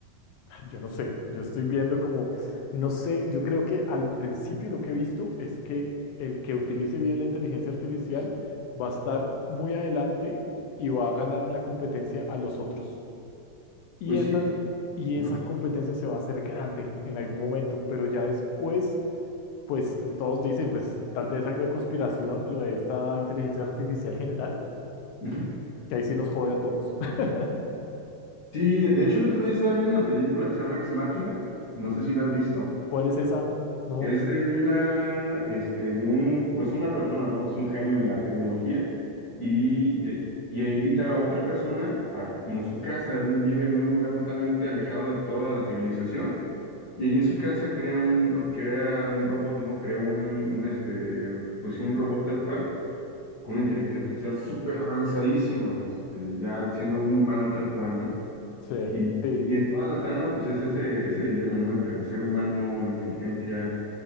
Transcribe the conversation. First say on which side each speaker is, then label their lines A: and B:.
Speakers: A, on the left; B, on the left.
A: Yo no sé, yo estoy viendo como, no sé, yo creo que al principio lo que he visto es que el que utilice bien la inteligencia artificial va a estar muy adelante y va a ganar en la competencia a los otros. Y
B: Pues
A: esa,
B: sí,
A: y
B: ajá,
A: esa competencia se va a hacer grande en algún momento, pero ya después, pues todos dicen, pues tal vez algo de conspiración, lo de esta inteligencia artificial general,
B: ujú.
A: que ahí sí nos jode a todos. <laughs>
B: Sí, de hecho el otro día estaba viendo una película que se llama Ex Machina, no sé si la has visto.
A: ¿Cuál es esa? No
B: Es de una, este, de un, pues una persona, ¿no? Es un genio en la tecnología y, eh, y invita a otra persona a como su casa. Él vive en un lugar totalmente alejado de toda la civilización y allí en su casa crea un, ro- crea un robot, ¿no? Crea un, un, este, pues sí, un robot tal cual con una inteligencia artificial súper avanzadísima, este, ya siendo un humano tal cual, ¿no?
A: sé.
B: Y,
A: Sí.
B: y, y en toda la trama, pues es ese, ese dilema, ¿no? Entre el ser humano, la inteligencia